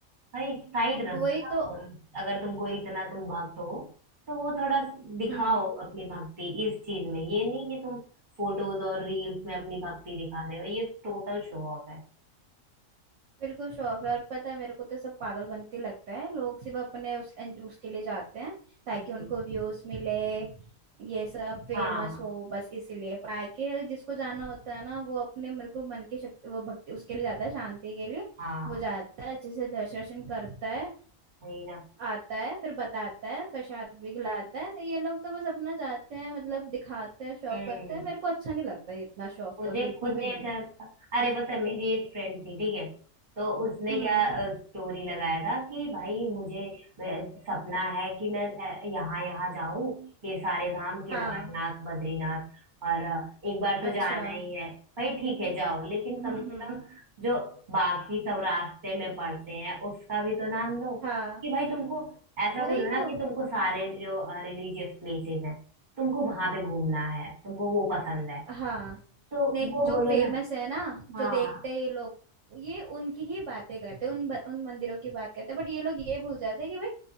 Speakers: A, on the right; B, on the right.
A: भाई साइड रख
B: वही
A: दो ना
B: तो
A: फोन अगर तुमको इतना तुम भक्त हो तो वो थोड़ा दिखाओ
B: हम्म
A: अपनी भक्ति इस चीज में ये नहीं कि तुम फोटोज और रील्स में अपनी भक्ति दिखा रहे हो ये टोटल शो ऑफ है
B: बिल्कुल शो ऑफ है और पता है मेरे को तो सब पागल बनते लगता है लोग सिर्फ अपने उस उसके लिए जाते हैं ताकि
A: हम्म
B: उनको व्यूज मिले ये सब फेमस
A: हाँ
B: हो बस इसीलिए बाकी जिसको जाना होता है ना वो अपने बिल्कुल मन की शक्ति वो भक्ति उसके लिए जाता है शांति के लिए
A: हाँ
B: वो जाता है अच्छे से दर्शन वर्शन करता है
A: वही ना
B: आता है फिर बताता है प्रसाद भी खिलाता है तो ये लोग तो बस अपना जाते हैं मतलब दिखाते हैं शो ऑफ
A: हम्म
B: करते हैं मेरे को अच्छा नहीं लगता ये इतना शो ऑफ
A: मुझे
B: तो बिल्कुल
A: खुद
B: भी
A: नहीं
B: नहीं
A: अच्छा लगता अरे पता है मेरी एक फ्रेंड थी ठीक है तो उसने
B: हम्म
A: क्या स्टोरी लगाया था कि भाई मुझे मैं- सपना है कि मैं अ, यहाँ यहाँ जाऊं ये सारे धाम केदारनाथ
B: हाँ
A: बद्रीनाथ और अ, एक बार तो
B: अच्छा
A: जाना ही है भाई ठीक है जाओ लेकिन कम
B: हम्म
A: से
B: हम्म
A: कम जो बाकी सब रास्ते में पड़ते हैं उसका भी तो नाम लो
B: हाँ
A: कि भाई तुमको ऐसा
B: वही
A: बोलो ना
B: तो
A: कि तुमको सारे जो रिलीजियस प्लेसेस हैं तुमको वहां पे घूमना है तुमको वो पसंद है
B: हाँ
A: तो
B: नहीं
A: वो
B: जो
A: बोलो
B: फेमस
A: ना
B: है ना जो
A: हाँ
B: देखते हैं ये लोग ये उनकी ही बातें करते हैं उन ब- उन मंदिरों की बात करते हैं बट ये लोग ये भूल जाते हैं कि भाई